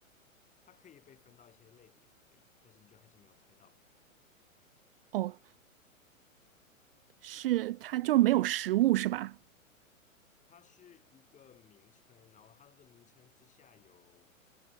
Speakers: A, on the left (about 15°); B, on the right (about 45°).
A: 它可以被分到一些类别，可以的，但是你就还是没有猜到，
B: 哦，是它就是没有实物是吧？
A: 它是一个名称，然后它的名称之下有